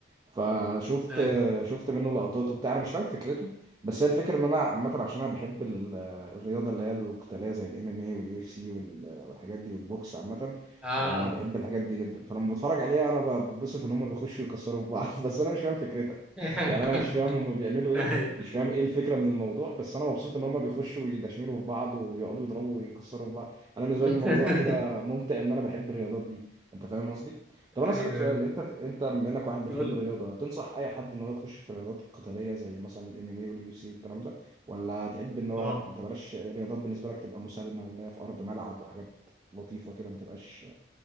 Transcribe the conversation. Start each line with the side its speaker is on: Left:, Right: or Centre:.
Right: فشفت
Centre: ايوه
Right: شفت منه لقطات وبتاع أنا مش فاهم فكرته بس هي الفكرة إن أنا عامة عشان أنا بحب ال- الرياضة اللي هي القتالية زي الام ام اي واليو اف سي والحاجات دي والبوكس عامة
Centre: اه
Right: يعني أنا بحب الحاجات دي جدا فلما بتفرج عليها أنا ببسط إن هما بيخشوا يكسروا في بعض <laughs> بس أنا مش فاهم فكرتها
Centre: <laughs>
Right: يعني انا مش فاهم هما بيعملوا ايه
Centre: ايوه
Right: مش فاهم ايه الفكره من الموضوع بس انا مبسوط ان هما بيخشوا يدشملوا في بعض ويقعدوا يضربوا ويكسروا في بعض انا بالنسبه
Centre: <laughs>
Right: لي الموضوع كده ممتع ان انا بحب الرياضات دي انت فاهم قصدي طب انا
Centre: ايوه
Right: اسالك سؤال
Centre: ايوه
Right: انت انت بما انك واحد بتحب
Centre: قول
Right: الرياضه تنصح اي حد ان هو يخش في رياضات قتاليه زي مثلا الام ام اي واليو سي والكلام ده ولا تحب ان هو
Centre: وال-
Right: لا انت بلاش الرياضات بالنسبه لك تبقى مسالمه ولا هي في ارض ملعب وحاجات لطيفه كده ما تبقاش